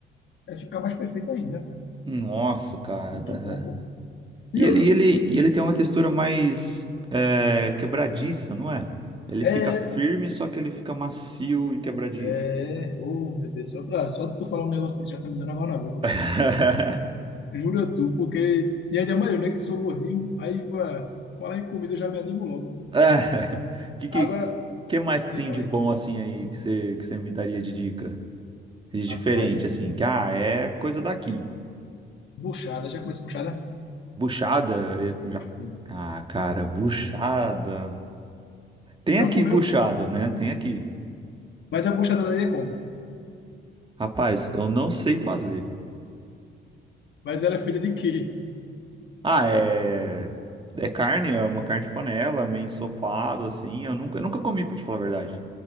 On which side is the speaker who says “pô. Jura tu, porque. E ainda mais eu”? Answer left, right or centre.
Left